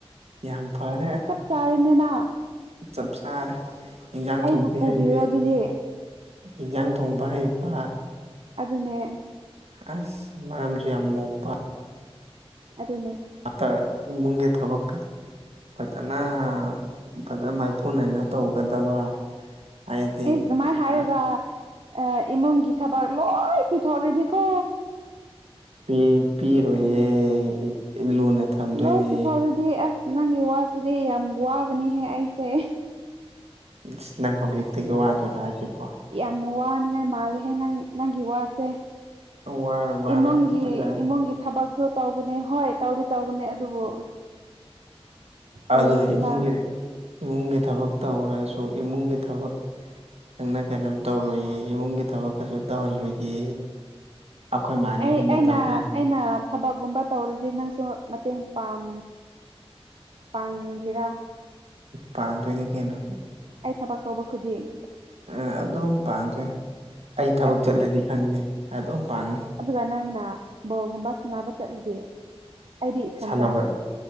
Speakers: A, on the right; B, on the right.
A: ꯌꯥꯝ ꯐꯔꯦ
B: ꯆꯥꯔꯤꯅꯦꯅ
A: ꯆꯞ ꯆꯥꯔꯦ ꯏꯟꯖꯥꯡ
B: ꯑꯩꯕꯨ
A: ꯊꯣꯡꯕꯤ
B: ꯄꯨꯕꯤꯔꯣ
A: ꯍꯩꯕꯤ
B: ꯑꯗꯨꯗꯤ
A: ꯍꯤꯟꯖꯥꯡ ꯊꯣꯡꯕ ꯍꯩꯕ
B: ꯑꯗꯨꯅꯦ
A: ꯑꯁ ꯃꯔꯝꯖꯨ ꯌꯥꯝ ꯃꯣꯛꯄ
B: ꯑꯗꯨꯅꯦ
A: ꯑꯝꯇ ꯏꯃꯨꯡꯒꯤ ꯊꯕꯛꯀ ꯐꯖꯅ ꯐꯖꯅ ꯃꯥꯏꯄꯨꯅꯅ ꯇꯧꯒꯗꯕ ꯍꯥꯏꯗꯤ
B: ꯏꯁ ꯖꯨꯃꯥꯢ ꯍꯥꯢꯔꯒ
A: ꯑꯁ
B: ꯑꯥ ꯏꯃꯨꯡꯒꯤ ꯊꯕꯛ ꯂꯣꯏ ꯄꯤꯊꯣꯔꯗꯤꯀꯣ
A: ꯄꯤ ꯄꯤꯔꯣꯏꯌꯦ ꯂꯨꯅ ꯊꯝꯗꯣꯏꯅꯦ
B: ꯂꯣꯏ ꯄꯤꯊꯣꯔꯛꯗꯤ ꯑꯁ ꯅꯪꯒꯤ ꯋꯥꯁꯤꯗꯤ ꯌꯥꯝ ꯋꯥꯒꯅꯤꯍꯦ ꯑꯩꯁꯦ
A: ꯑꯁ ꯅꯪ ꯍꯧꯖꯤꯛꯇꯒꯤ ꯋꯥꯗꯨꯏꯔꯣ ꯍꯥꯏꯖꯤꯕꯣ
B: ꯌꯥꯝ ꯋꯥ ꯅꯤꯡꯉꯥꯏ ꯃꯥꯂꯦ ꯍꯦ ꯅꯪ ꯅꯪꯒꯤ ꯋꯥ ꯁꯦ
A: ꯋꯥꯔꯣꯏ ꯋꯥꯔꯣꯏ
B: ꯏꯃꯨꯡꯒꯤ
A: ꯐꯖꯔꯦ
B: ꯏꯃꯨꯡꯒꯤ ꯊꯕꯛꯁꯨ ꯇꯧꯕꯅꯦ ꯍꯣꯏ ꯇꯧꯗꯤ ꯇꯧꯕꯅꯦ ꯑꯗꯨꯕꯨ ꯂꯩꯗꯅ
A: ꯑꯗꯣ ꯏꯃꯨꯡꯒꯤ ꯏꯃꯨꯡꯒꯤ ꯊꯕꯛ ꯇꯧꯒ꯭ꯔꯖꯨ ꯏꯃꯨꯡꯒꯤ ꯊꯕꯛ ꯅꯪꯅ ꯀꯩꯅꯣꯝ ꯇꯧꯔꯣꯏꯌꯦ ꯏꯃꯨꯡꯒꯤ ꯊꯕꯛ ꯀꯩꯁꯨ ꯇꯧꯍꯜꯂꯣꯏꯌꯦ ꯑꯩꯈꯣꯏ ꯃꯥꯅ
B: ꯑꯩ
A: ꯍꯦꯟꯅ
B: ꯑꯩꯅ
A: ꯇꯧꯈ꯭ꯔꯦ
B: ꯑꯩꯅ ꯊꯕꯛꯒꯨꯝꯕ ꯇꯧꯔꯗꯤ ꯅꯪꯁꯨ ꯃꯇꯦꯡ ꯄꯥꯝ ꯄꯥꯡꯒꯦꯔꯥ
A: ꯄꯥꯡꯗꯣꯏꯅꯤ ꯀꯩꯅꯣ
B: ꯑꯩ ꯊꯕꯛ ꯇꯧꯕ ꯈꯨꯗꯤꯡ
A: ꯑꯥ ꯑꯗꯨꯝ ꯄꯥꯡꯗꯣꯏꯅꯤ ꯑꯩ
B: ꯑꯁ
A: ꯊꯕꯛ
B: ꯑꯗꯨꯅꯦ
A: ꯆꯠꯂꯗꯤ ꯈꯪꯗꯦ ꯑꯗꯨꯝ ꯄꯥꯡꯅꯤ
B: ꯑꯗꯨꯒ ꯅꯪꯅ ꯕꯣꯜꯒꯨꯝꯕ ꯁꯅꯕ ꯆꯠꯂꯗꯤ ꯑꯩꯗꯤ ꯏꯊꯟꯗ
A: ꯁꯥꯟꯅꯕ